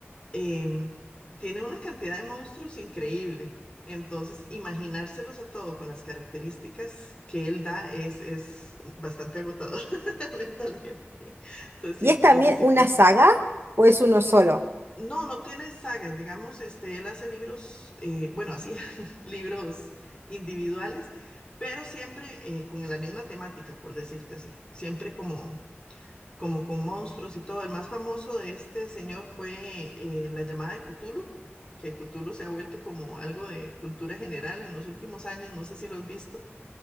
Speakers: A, on the left; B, on the right.
A: em, tiene una cantidad de monstruos increíble. Entonces, imaginárselos a todos con las características que él da es, es bastante agotador <laughs> mentalmente. Entonces, sí,
B: ¿Y es también
A: necesito.
B: una saga o es uno solo?
A: Mm, No, no tiene sagas, digamos, este, él hace libros, eh, bueno, hacía <laughs> libros individuales, pero siempre eh, con la misma temática, por decirte así, siempre como como con monstruos y todo. El más famoso de este señor fue eh, la llamada de Cthulhu, que Cthulhu se ha vuelto como algo de cultura general en los últimos años, no sé si lo has visto.